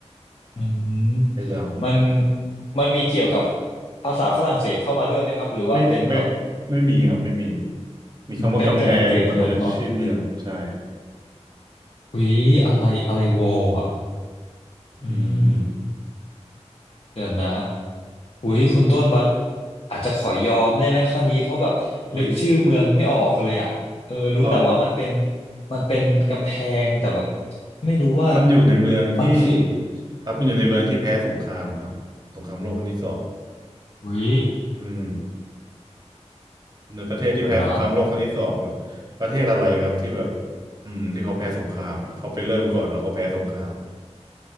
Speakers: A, on the left; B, on the right.
A: อืม
B: ให้เดา
A: มันมันมีเกี่ยวกับภาษาฝรั่งเศสเข้ามาด้วยไหมครับหรือว่าเป็นแบบ
B: ไม่ไม่ไม่มีครับไม่มีมีคำว่ากำแพงแล้วก็เป็นชื่อเมืองใช่
A: อืมเป็นเป็นอังกฤษเลยเนาะอุ้ยอะไรอะไรวอลอ่ะ
B: อืม
A: อืม เดี๋ยวนะอุ้ยคุณต้นบัสอาจจะขอยอมได้ไหมข้อนี้เพราะแบบนึกชื่อเมืองไม่ออกเลยอ่ะเออรู้แต่ว่ามันเป็น
B: โอ้ยเอ่อ
A: มันเป็นกำแพงแต่แบบไม่รู้ว่า
B: มันอยู่ในเมืองที่
A: มันคือ
B: ครับมันอยู่ในเมืองที่แพ้สงครามครับสงครามโลกครั้งที่สอง
A: อุ้ย
B: อืมในประเทศที่แพ้สงครามโลกครั้งที่สองแบบประเทศอะไรครับที่แบบ
A: เดี๋ยวนะ
B: อืมที่เขาแพ้สงครามอ่ะเขาไปเริ่มก่อนแล้วเขาแพ้สงคราม